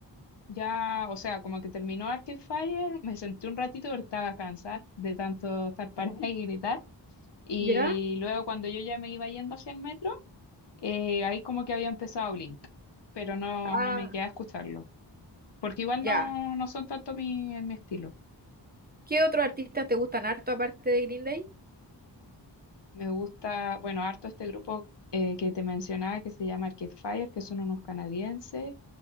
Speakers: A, on the left; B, on the right.
A: ya, o sea, como que terminó Arcade Fire, me senté un ratito porque estaba cansada de tanto estar parada y <laughs> gritar. Y
B: ¿Ya?
A: luego cuando yo ya me iba yendo hacia el metro, eh, ahí como que había empezado Blink, pero no,
B: Ah,
A: no me quedé a escucharlo, porque igual
B: ya.
A: no, no son tanto mi, mi estilo.
B: ¿Qué otros artistas te gustan harto aparte de Green Day?
A: Me gusta, bueno, harto este grupo eh, que te mencionaba que se llama Arcade Fire, que son unos canadienses.